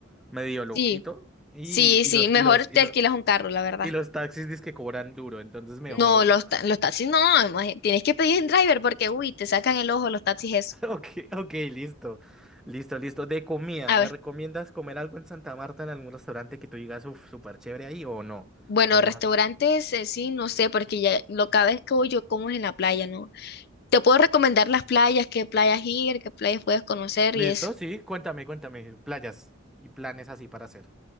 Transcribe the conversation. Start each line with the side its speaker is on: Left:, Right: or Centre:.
Centre: medio loquito
Left: Sí,
Centre: y,
Left: sí, sí,
Centre: y los,
Left: mejor
Centre: y los,
Left: te
Centre: y los,
Left: alquilas un carro, la verdad.
Centre: y los taxis dizque cobran duro, entonces mejor.
Left: No, los, ta-
Centre: <laughs>
Left: los taxis no, imagi- tienes que pedir en driver porque, uy, te sacan el ojo los taxis eso.
Centre: Ok, ok, listo, listo, listo. De comida,
Left: A
Centre: ¿me
Left: ver,
Centre: recomiendas comer algo en Santa Marta en algún restaurante que tú digas, uff, súper chévere ahí o no?
Left: bueno,
Centre: O
Left: restaurantes,
Centre: más.
Left: eh, sí, no sé, porque ya lo cada vez que voy yo como es en la playa, ¿no? Te puedo recomendar las playas, qué playas ir, qué playas puedes conocer
Centre: ¿Listo?
Left: y eso.
Centre: Sí, cuéntame, cuéntame. Playas y planes así para hacer.